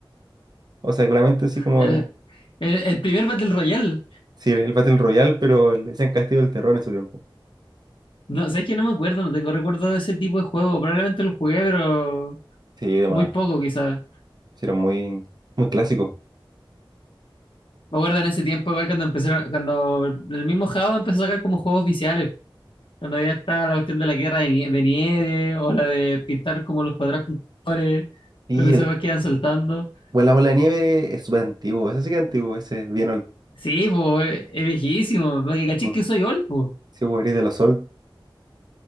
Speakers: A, on the right (about 50°); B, on the left (about 70°).
A: O sea, claramente así como
B: El,
A: eh,
B: el, el primer Battle Royale.
A: Sí, el Battle Royale, pero el, decían Castillo del Terror en su tiempo.
B: No, sabes que no me acuerdo, no tengo recuerdo de ese tipo de juego. Probablemente lo jugué, pero
A: Sí, demás.
B: muy poco, quizás.
A: Sí, era muy, muy clásico.
B: Me acuerdo en ese tiempo, igual cuando empezaron, cuando el mismo Java empezó a sacar como juegos oficiales. Cuando ya está la cuestión de la guerra de nie- de nieve, o la de pintar como los cuadrados con colores,
A: Y
B: con esas
A: el,
B: cosas que iban soltando.
A: bueno, la bola de nieve es súper antiguo. Ese sí que es antiguo, ese es bien old.
B: Sí, pues, es viejísimo. Porque caché
A: school.
B: que soy old, pues.
A: Sí, pues, Gris de los Sol.